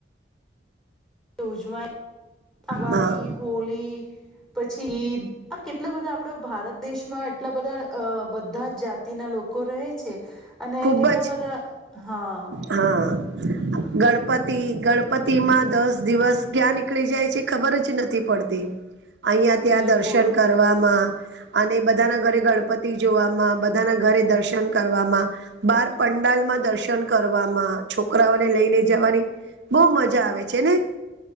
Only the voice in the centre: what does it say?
ઉજમાય દિવાળી
હોળ પછી ઇદ કેટલા બધા આપડા ભારત દેશમાં એટલા બધા અ બધા જ જાતિના લોકો રહે છે અને
કેટલા
બધા હા
બિલકુલ